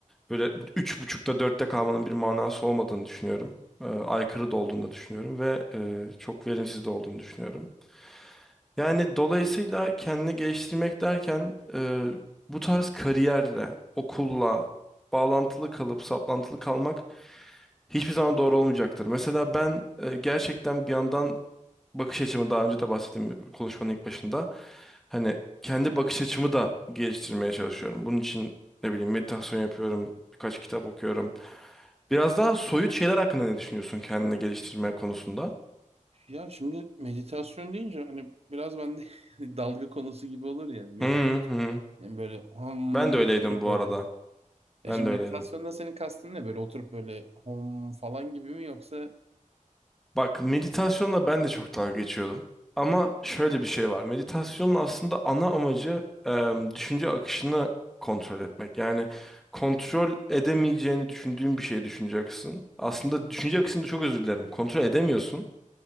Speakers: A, in the centre; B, on the right.
A: böyle üç buçukta dörtte kalmanın bir manası olmadığını düşünüyorum. Eee, aykırı da olduğunu da düşünüyorum ve eee, çok verimsiz de olduğunu düşünüyorum. Yani dolayısıyla kendini geliştirmek derken e, bu tarz kariyerle, okulla bağlantılı kalıp saplantılı kalmak hiçbir zaman doğru olmayacaktır. Mesela ben e, gerçekten bir yandan bakış açımı daha önce de bahsettiğim konuşmanın ilk başında hani kendi bakış açımı da geliştirmeye çalışıyorum. Bunun için ne bileyim meditasyon yapıyorum, birkaç kitap okuyorum. Biraz daha soyut şeyler hakkında ne düşünüyorsun kendini geliştirme konusunda?
B: Ya şimdi meditasyon deyince hani biraz bende <laughs> dalga konusu gibi olur ya. Medit
A: Hı hı.
B: yani böyle ham
A: Ben de öyleydim
B: oturup
A: bu
B: böyle
A: arada.
B: Ya
A: Ben
B: şimdi
A: de öyleydim.
B: meditasyonda senin kastın ne? Böyle oturup böyle hom falan gibi mi yoksa
A: Bak meditasyonla ben de çok dalga geçiyordum. Ama şöyle bir şey var. Meditasyonun aslında ana amacı em, düşünce akışını kontrol etmek. Yani kontrol edemeyeceğini düşündüğün bir şey düşüneceksin. Aslında düşünce akışını çok özür dilerim. Kontrol edemiyorsun.